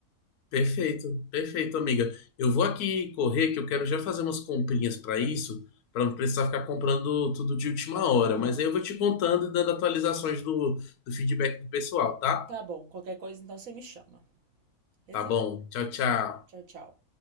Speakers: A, on the left; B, on the right.
A: Perfeito, perfeito, amiga. Eu vou aqui correr, que eu quero já fazer umas comprinhas para isso, para não precisar ficar comprando tudo de última hora.
B: Aham.
A: Mas aí eu vou te contando e dando atualizações do, do feedback do pessoal, tá?
B: Tá bom. Qualquer coisa, então você me chama. Beleza?
A: Tá bom. Tchau, tchau.
B: Tchau, tchau.